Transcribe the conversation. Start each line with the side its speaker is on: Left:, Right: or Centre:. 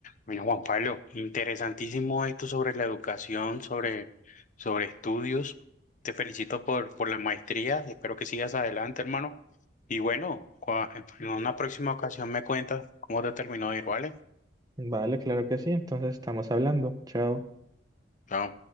Left: Bueno, Juan Pablo, interesantísimo esto sobre la educación, sobre, sobre estudios. Te felicito por, por la maestría. Espero que sigas adelante, hermano. Y bueno, cua- en una próxima ocasión me cuentas cómo te terminó de ir, ¿vale?
Right: Vale, claro que sí. Entonces estamos hablando. Chao.
Left: Chao.